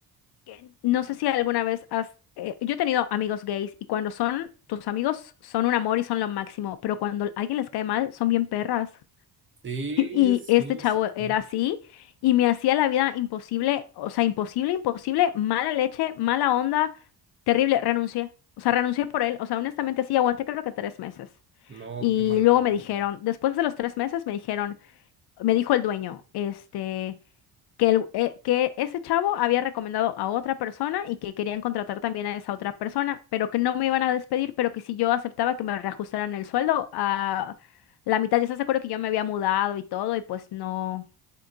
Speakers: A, on the left; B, on the right.
A: que no sé si alguna vez has... eh, yo he tenido amigos gays y cuando son tus amigos son un amor y son lo máximo, pero cuando alguien les cae mal son bien perras. <laughs>
B: sí,
A: Y,
B: sí,
A: y este chavo
B: sí,
A: era
B: sí.
A: así y me hacía la vida imposible, o sea, imposible, imposible, mala leche, mala onda, terrible, renuncié. O sea, renuncié por él, o sea, honestamente sí, aguanté creo que tres meses.
B: No,
A: Y
B: qué mala
A: luego
B: onda.
A: me dijeron, después de los tres meses me dijeron, me dijo el dueño, este que, el- eh, que ese chavo había recomendado a otra persona y que querían contratar también a esa otra persona, pero que no me iban a despedir, pero que si yo aceptaba que me reajustaran el sueldo a la mitad, ya se acuerdo que yo me había mudado y todo y pues no,